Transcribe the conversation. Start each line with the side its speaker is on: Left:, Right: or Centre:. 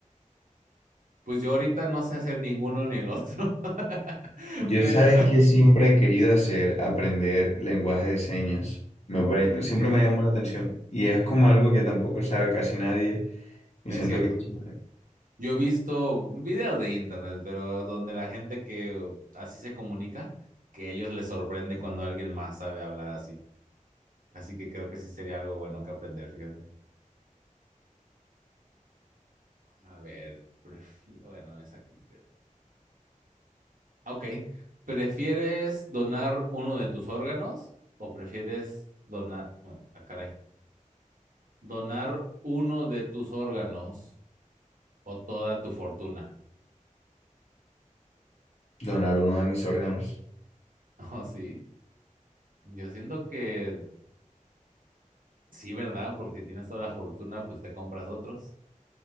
Right: Pues yo ahorita no sé hacer ninguno ni el otro, <laughs>
Left: Yo
Right: pero
Left: sabes que siempre he querido hacer, aprender lenguaje de señas. Me pare- siempre
Right: sí,
Left: me llamó la atención. Y es como algo que tampoco sabe casi nadie. Y
Right: es
Left: siento
Right: cierto.
Left: que es chévere.
Right: Yo he visto videos de internet, pero donde la gente que así se comunica, que a ellos les sorprende cuando alguien más sabe hablar así. Así que creo que sí sería algo bueno que aprender, fíjate. A ver, prefiero, bueno, esa como que no. Ok, ¿prefieres donar uno de tus órganos o prefieres donar, no, ah, caray, donar uno de tus órganos o toda tu fortuna?
Left: Donar uno de mis órganos.
Right: <laughs> ¿Oh, sí? Yo siento que Sí, ¿verdad? Porque si tienes toda la fortuna, pues te compras otros.